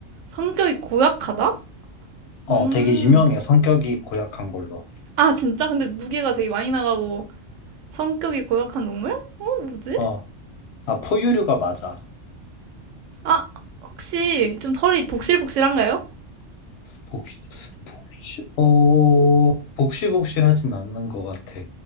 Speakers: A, on the right; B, on the left.
A: 성격이 고약하다?
B: 어,
A: 음.
B: 되게 유명해. 성격이 고약한 걸로.
A: 아, 진짜? 근데 무게가 되게 많이 나가고 성격이 고약한 동물? 어, 뭐지?
B: 어, 아, 포유류가 맞아.
A: 아, 혹시 좀 털이 복실복실한가요?
B: 복시, 복시, 어, 복실복실하진 않는 것 같아.